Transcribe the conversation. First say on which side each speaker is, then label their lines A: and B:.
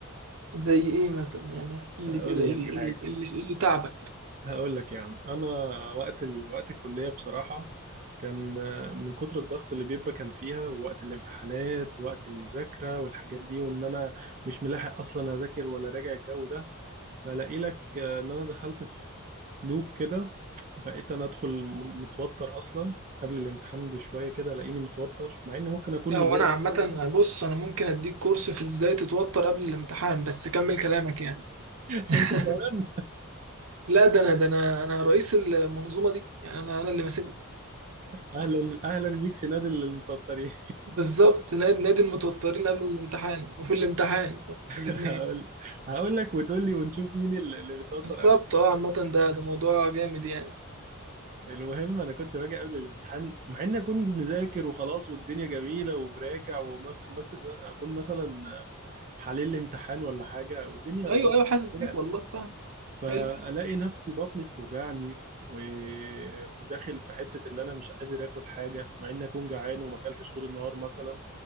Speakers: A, on the right; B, on the right.
A: زي ايه مثلا يعني احكي
B: أقول
A: لي كده ايه
B: لك
A: اللي, إيه
B: حاجة
A: اللي إيه اللي تعبك
B: هقول لك يا عم انا وقت ال... وقت الكليه بصراحه كان آه، من كتر الضغط اللي بيبقى كان فيها ووقت الامتحانات ووقت المذاكره والحاجات دي وان انا مش ملاحق اصلا اذاكر ولا راجع الجو ده فلاقي لك آه، ان انا دخلت في لوب كده بقيت انا ادخل م- متوتر اصلا قبل الامتحان بشويه كده الاقيني متوتر مع اني ممكن اكون
A: لا
B: مذاكر
A: هو انا عامة بص انا ممكن اديك كورس في ازاي تتوتر قبل الامتحان بس كمل كلامك يعني <laughs>
B: <laughs> انت كمان
A: لا ده انا ده انا انا رئيس المنظومة دي يعني انا انا اللي ماسك
B: اهلا اهلا بيك في نادي المتوترين
A: بالظبط نادي نادي المتوترين قبل الامتحان وفي الامتحان
B: <laughs>
A: الاثنين
B: هقول هقول لك وتقول لي ونشوف مين اللي اللي بيتوتر
A: بالظبط اه عامة ده ده موضوع جامد يعني
B: المهم انا كنت باجي قبل الامتحان مع اني كنت مذاكر وخلاص والدنيا جميله ومراجع واكون مثلا اكون مثلا حليل الامتحان ولا حاجه والدنيا
A: ايوه
B: ظبطت
A: ايوه حاسس
B: كده
A: بيك والله فاهم
B: فالاقي
A: حلو
B: نفسي بطني بتوجعني و... وداخل في حته اللي انا مش قادر اكل حاجه مع اني اكون جعان وما اكلتش طول النهار مثلا